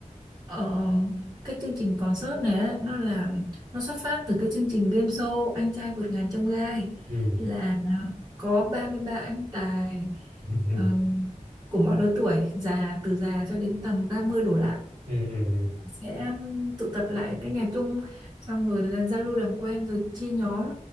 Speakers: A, on the right; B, on the right.
A: Ờ, cái chương trình concert này á, nó là nó xuất phát từ cái chương trình game show Anh trai vượt ngàn chông gai
B: Ừ.
A: là có 33 anh tài
B: <laughs>
A: ờ, của mọi lứa tuổi, già từ già cho đến tầm 30 đổ lại
B: Ừ ừ ừ.
A: sẽ um, tụ tập lại cái nhà chung xong rồi là giao lưu làm quen rồi chia nhóm